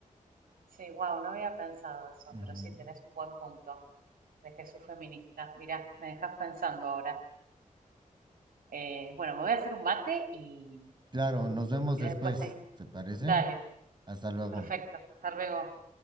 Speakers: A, on the right; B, on the right.
A: Sí, wow, no había pensado eso,
B: Ujú.
A: pero sí, tenés un buen punto de Jesús feminista. Mirá, me dejas pensando ahora. Eh, bueno, me voy a hacer un mate y,
B: Claro,
A: y
B: nos vemos
A: si querés
B: después.
A: después seguimos.
B: ¿Te parece?
A: Dale,
B: Hasta luego.
A: perfecto. Hasta luego.